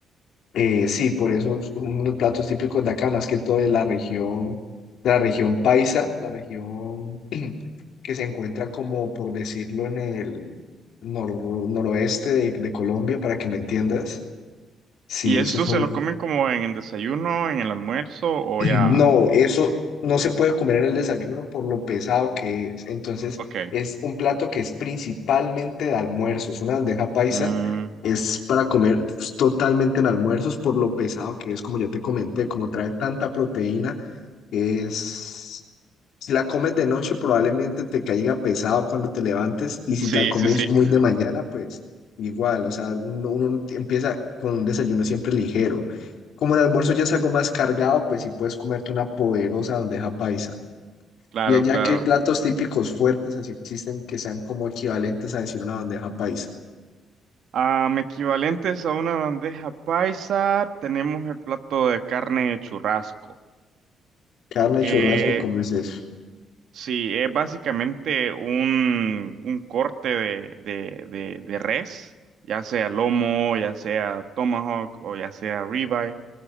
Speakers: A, on the left; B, on the right.
A: eh, sí, por eso es uno de los platos típicos de acá, más que todo de la región, de la región paisa, la región <clears throat> que se encuentra como, por decirlo, en el nor- noroeste de de Colombia, para que me entiendas. Sí,
B: ¿Y
A: eso
B: esto
A: es
B: se
A: un-
B: lo comen como en el desayuno, en el almuerzo
A: <clears throat>
B: o ya?
A: No, eso no se puede comer en el desayuno por lo pesado que es. Entonces,
B: Ok.
A: es un plato que es principalmente de almuerzo. Es una bandeja paisa.
B: Mm,
A: Es para comer pues, totalmente en almuerzos por lo pesado que es, como ya te comenté, como trae tanta proteína, es... Si la comes de noche, probablemente te caiga pesado cuando te levantes y si
B: sí,
A: la comes
B: sí, sí.
A: muy de mañana, pues igual, o sea, uno uno empieza con un desayuno siempre ligero. Como el almuerzo ya es algo más cargado, pues sí puedes comerte una poderosa bandeja paisa.
B: Claro,
A: Y allá,
B: claro.
A: ¿qué platos típicos fuertes así existen que sean como equivalentes a decir una bandeja paisa?
B: Am, equivalentes a una bandeja paisa, tenemos el plato de carne de churrasco.
A: Carne,
B: Eh,
A: churrasco, ¿cómo
B: Ok.
A: es eso?
B: sí, es básicamente un, un corte de, de, de, de res, ya sea lomo, ya sea tomahawk o ya sea ribeye.